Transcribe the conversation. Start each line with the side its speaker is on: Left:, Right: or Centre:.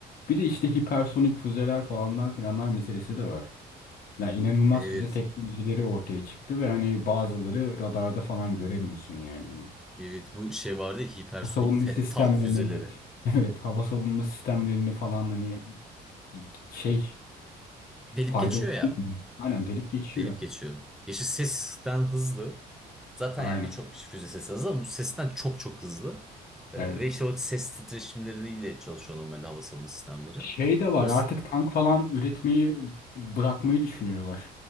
Left: Bir de işte hipersonik füzeler falanlar filanlar meselesi de var. Ya inanılmaz
Centre: Evet.
Left: füze teknolojileri ortaya çıktı ve hani bazıları radarda falan göremiyorsun yani. Hani
Centre: Evet bu şey vardı ya hipersonik
Left: Hava savunma
Centre: Fettah
Left: sistemlerini
Centre: füzeleri.
Left: evet. <laughs> Evet hava savunma sistemlerini falan hani şey
Centre: Delip
Left: faydalı
Centre: geçiyor ya.
Left: olmuyor. Aynen delip geçiyor.
Centre: Delip geçiyor. Yeşil sesten hızlı. Zaten
Left: Aynen.
Centre: yani birçok işte füze sesi hızlı ama bu sesten çok çok hızlı. Ee,
Left: Evet.
Centre: ve işte o ses titreşimleriyle çalışıyor normal hava savunma sistemleri.
Left: Şey de var
Centre: O
Left: artık
Centre: s-
Left: tank falan üretmeyi bırakmayı düşünüyorlar.